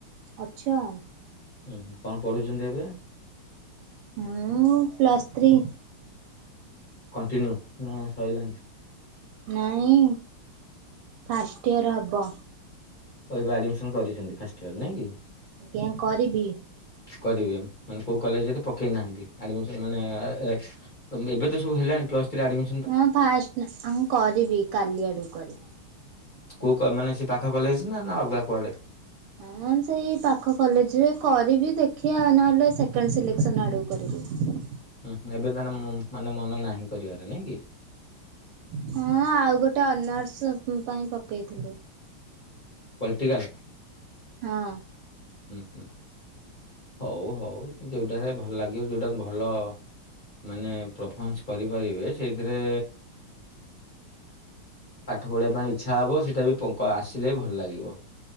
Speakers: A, on the right (about 85°); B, on the left (about 25°).
A: ଅଛ,
B: ହୁଁ କଁ ପଢ଼ୁଛନ୍ତି ଏବେ?
A: ମୁଁ ପ୍ଲସ୍ ଥ୍ରୀ,
B: କଣ୍ଟିନ୍ୟୁ ନା ସରିଲାଣି?
A: ନାଇଁ ଫାଷ୍ଟ୍ ଟିୟର୍ ହବ,
B: ଏବେ ଆଡ଼ମିଶନ କରିଛନ୍ତି ଫାଷ୍ଟ ଟିୟର ନାଇଁ କି?
A: ଆଜ୍ଞା କରିବି,
B: କରିବେ ମାନେ କୋଉ କଲେଜରେ ପକେଇ ନାହାନ୍ତି ଆଡ଼୍ ମିସନ୍ ମାନେ ଏ-ଏ-ଏ, ଏବେ-ଏବେ ତ ସବୁ ହେଲାଣି ପ୍ଲସ୍ ଥ୍ରୀ ଆଡ଼ମି,
A: ହଁ ଫାଷ୍ଟ ନା ଆଉ ମୁଁ କରିବି କାଲି ଆଡ଼ୁ କରିବି,
B: କୋଉ କମ୍ ମାନେ ସେ ପାଖ କଲେଜ ନା-ନା ଅଲଗା କୁଆଡ଼େ,
A: ହଁ ସେଇ ପାଖ କଲେଜରେ କରିବି ଦେଖିବା ନହେଲେ ସେକେଣ୍ଡ ସିଲେକ୍ସନ ଆଡକୁ କରିବି,
B: ହୁଁ ଏବେ ତାର ମୋ ମାନେ ମନ ନାହିଁ କରିବାରେ ନାଇଁ କି,
A: ହଁ ଆଉ ଗୋଟେ ଅନର୍ସ ହୁଁ ପାଇଁ ପକେଇଥିଲି,
B: ପଲିଟିକାସ୍?
A: ହଁ।
B: ହୁଁ ହୁଁ ହଉ ହଉ ଯୋଉଟାରେ ଭଲ ଲାଗିବ ଯୋଉଟା ଭଲ ମାନେ ପ୍ରଫମାସ କରିପାରିବେ ସେଇଥିରେ ପାଠ ପଢ଼ିବା ପାଇଁ ଇଚ୍ଛା ହବ ସେଇଟା ବି ପଙ୍କ ଆସିଲେ ଭଲ ଲାଗିବ।